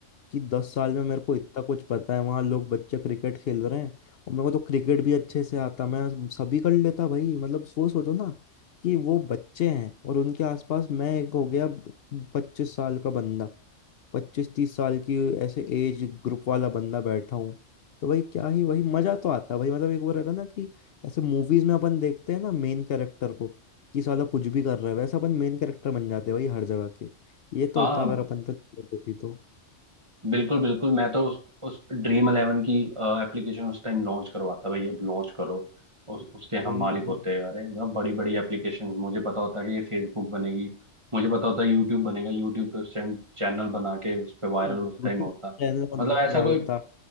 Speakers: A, on the left; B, on the right.
A: कि दस साल में मेरे को इतना कुछ पता है वहां लोग बच्चे क्रिकेट खेल रहे हैं और मेरे को तो क्रिकेट भी अच्छे से आता मैं सभी कर लेता भाई मतलब वो सोचो ना कि वो बच्चे हैं और उनके आसपास मैं एक हो गया पच्चीस साल का बंदा पच्चीस तीस साल की ऐसे एज ग्रुप वाला बंदा बैठा हूँ तो भाई क्या ही वही मजा तो आता है भाई मतलब एक वो रहता है ना कि ऐसे मूवीज में अपन देखते हैं ना मेन कैरेक्टर को कि साला कुछ भी कर रहा है वैसे अपन मेन कैरेक्टर बन जाते हैं भाई हर जगह के ये
B: हाँ
A: तो होता अगर अपन पे नजर होती तो
B: बिल्कुल बिल्कुल मैं तो उस उस ड्रीम इलेवन की एप्लीकेशन उस टाइम लॉन्च करवाता भाई अब लॉन्च करो उस, उसके
A: वही
B: हम मालिक
A: वही
B: होते हैं अरे ना बड़ी बड़ी एप्लीकेशन मुझे पता होता कि ये फेसबुक बनेगी मुझे पता होता यूट्यूब बनेगा यूट्यूब पे उस टाइम चैनल बना के उस पे वायरल
A: यूट्यूब
B: उस टाइम होता
A: चैनल बना
B: मतलब ऐसा
A: के डालता
B: कोई